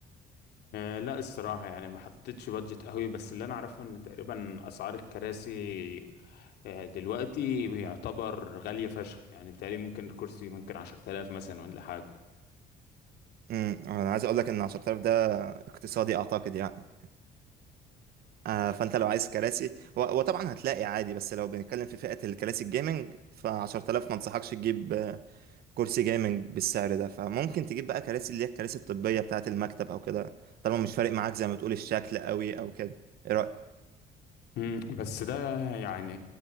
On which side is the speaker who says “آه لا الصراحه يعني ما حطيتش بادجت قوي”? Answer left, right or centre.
Left